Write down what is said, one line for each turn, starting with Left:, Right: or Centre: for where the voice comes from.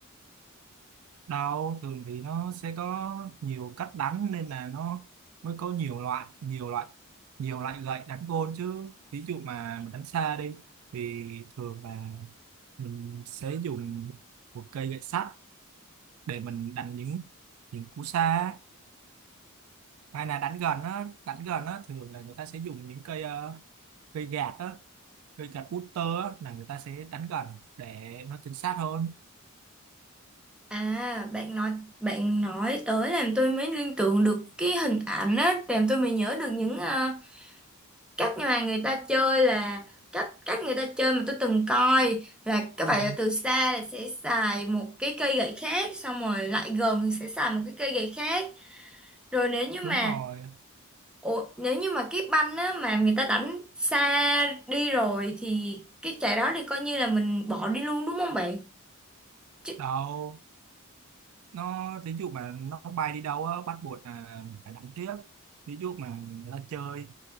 Right: đâu thường thì nó sẽ có nhiều cách đánh nên là nó mới có nhiều loại nhiều loại nhiều loại gậy đánh gôn chứ ví dụ mà mình đánh xa đi thì thường là mình sẽ dùng một cây gậy sắt để mình đánh những những cú xa hay là đánh gần á đánh gần á thường là người ta sẽ dùng những cây ờ, cây gạt á cây gạt putter á là người ta sẽ đánh gần để nó chính xác hơn
Centre: À, bạn nói bạn nói tới làm tôi mới liên tưởng được cái hình ảnh á, làm tôi mới nhớ được những ờ, cách mà người ta chơi là cách cách người ta chơi mà tôi từng coi là các bạn
Right: Ừ,
Centre: là từ xa là sẽ xài một cái cây gậy khác xong rồi lại gần thì sẽ xài một cái cây gậy khác rồi nếu như mà
Right: đúng rồi
Centre: ủa, nếu như mà cái banh á mà người ta đánh xa đi rồi thì cái trái đó thì coi như là mình bỏ đi luôn đúng không bạn Chứ,
Right: đâu nó ví dụ mà nó bay đi đâu á bắt buộc là mình phải đánh tiếp ví dụ mà người ta chơi